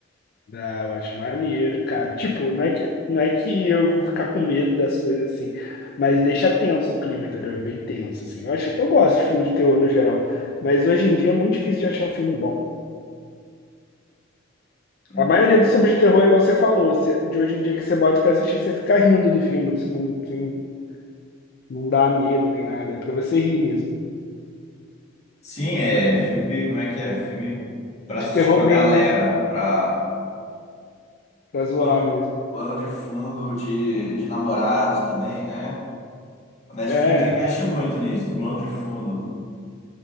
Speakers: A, on the left (about 50°); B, on the left (about 35°).
A: Ah, eu acho maneiro, cara. Tipo, não é que, não é que eu vou ficar com medo das coisas assim, mas deixa tenso o clima, entendeu? É bem tenso, assim. Eu acho, eu gosto de filme de terror no geral, mas hoje em dia é muito difícil de achar um filme bom.
B: Né,
A: A maioria
B: né,
A: dos filmes
B: cara.
A: de terror, igual você falou, você- de hoje em dia que você bota pra assistir, você fica rindo do filme, você não, você não, não dá medo nem nada, é pra você rir mesmo.
B: Sim, é
A: Mas
B: filme, como é que é? Filme pra
A: De
B: assistir
A: terror
B: com a
A: B,
B: galera,
A: né?
B: pra
A: Pra zoar
B: Plano,
A: mesmo.
B: plano de fundo de, de namorados também, né? A Netflix
A: É,
B: investe muito nisso, plano de fundo.